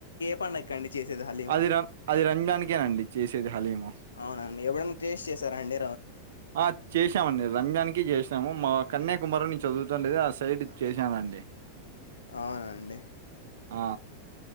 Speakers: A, on the left; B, on the right.
A: పండకండి చేసేది హాలీమ్
B: అది రం అది రంజాన్‌కేనండి చేసేది హలీము.
A: అవునా అండీ ఎప్పుడన్నా టెస్ట్ చేసారాఅండీ
B: ఆ చేశామండి రంజాన్నికి చేసాము మా కన్యాకుమారిలో ఆ సైడ్ చేశానండి
A: అవునండి
B: ఆ